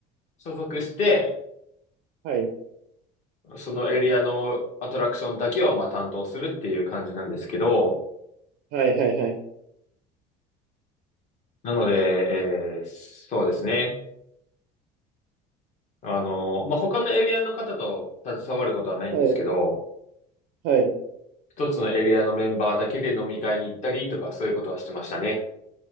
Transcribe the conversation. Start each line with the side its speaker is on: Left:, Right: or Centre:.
Left: 所属して、
Right: はい。
Left: そのエリアのアトラクションだけをまあ担当するっていう感じなんですけど、
Right: はい。はい。はい。
Left: なので、えーそうですね。あの、まあ、他のエリアの方と携わることはないんですけど、
Right: はい。はい。
Left: 一つのエリアのメンバーだけで飲み会に行ったりとかそういうことはしてましたね。